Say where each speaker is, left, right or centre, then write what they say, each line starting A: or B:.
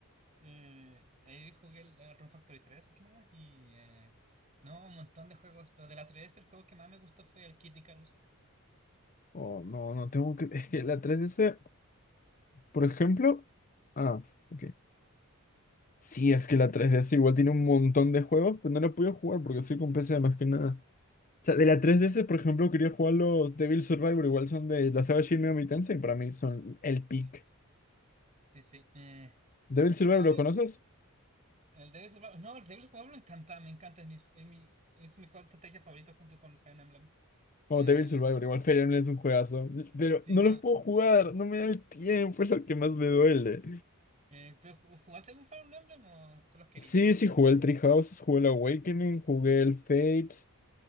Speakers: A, on the right; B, on the left.
A: Eh, ahí jugué el, el Rune Factory 3, más que nada, y eh, no, un montón de juegos, pero de la 3 el juego que más me gustó fue el Kid Icarus.
B: oh no, no tengo que, <laughs> es que la 3DS... Por ejemplo. Ah, ok. Sí, es que la 3DS igual tiene un montón de juegos, pero no lo puedo jugar porque soy con PC más que nada. O sea, de la 3DS, por ejemplo, quería jugar los Devil Survivor, igual son de la saga Shin Megami Tensei, y para mí son el pick.
A: Sí, sí, sí. Eh,
B: ¿Devil
A: eh,
B: Survivor
A: no,
B: lo
A: yo,
B: conoces?
A: el Devil Survival- no, el Devil Survival me encanta, me encanta, es mi, es mi, es mi juego de estrategia favorito junto con Fire Emblem.
B: Oh,
A: Eh,
B: Devil Survivor,
A: es-
B: igual Fire Emblem es un juegazo. Pero
A: sí,
B: no
A: no.
B: los puedo jugar, no me da el tiempo, es lo que más me duele.
A: Eh, pero, ¿jugaste algún Fire Emblem o solo has querido?
B: Sí, sí, jugué el Treehouse, jugué el Awakening, jugué el Fate.